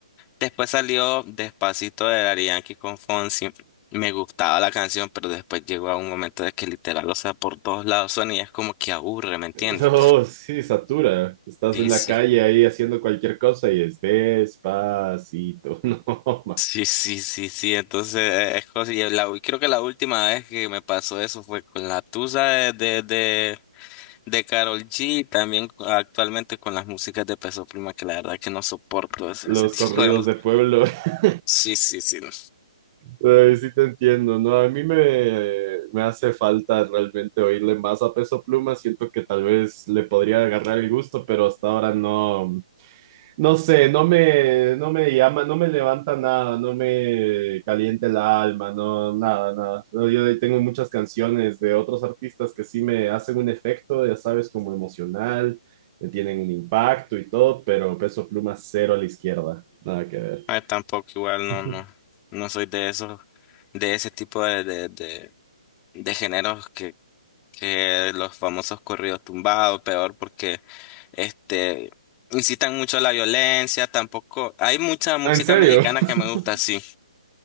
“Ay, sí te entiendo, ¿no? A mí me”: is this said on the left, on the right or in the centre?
Right